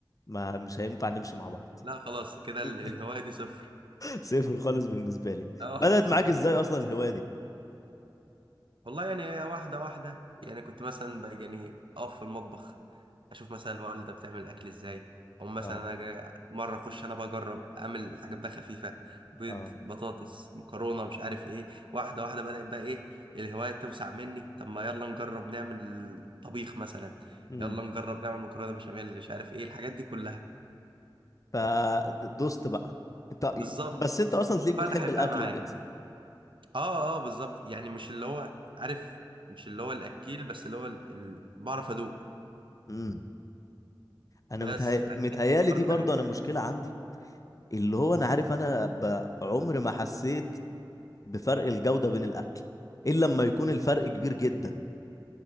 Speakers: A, on the left (about 40°); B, on the right (about 80°).
A: ما مش هينفع نمشي مع بعض
B: لا خلاص كده ال-
A: <laughs>
B: الهواية دي صفر
A: صفر خالص بالنسبة لي
B: اه
A: بدأت معاك
B: <laughs>
A: ازاي اصلا الهواية دي
B: والله يعني واحدة واحدة يعني كنت مثلا بقى يعني أقف في المطبخ أشوف مثلا الوالدة بتعمل الأكل إزاي أو مثلا
A: اه
B: أنا جاي مرة أخش أنا بجرب أعمل حاجات بقى خفيفة بيض
A: اه
B: بطاطس مكرونة مش عارف إيه واحدة واحدة بدأت بقى إيه الهواية توسع مني طب ما يلا نجرب نعمل طبيخ مثلا
A: امم
B: يلا نجرب نعمل مكرونة بشاميل مش عارف إيه الحاجات دي كلها
A: فدوست بقى انت
B: بالظبط
A: بس انت اصلا ليك
B: ففتحت
A: بتحب الاكل
B: بقى معايا
A: وكده
B: آه آه بالظبط يعني مش اللي هو عارف مش اللي هو الأكيل بس اللي هو ال- ال- بعرف أدوق
A: امم انا
B: بس
A: متهي...
B: فالحتة
A: متهيالي
B: دي برضه
A: دي برضو
B: حاجة
A: انا مشكلة عندي اللي هو انا عارف انا ب... عمري ما حسيت بفرق الجودة بين الاكل الا لما يكون الفرق كبير جدا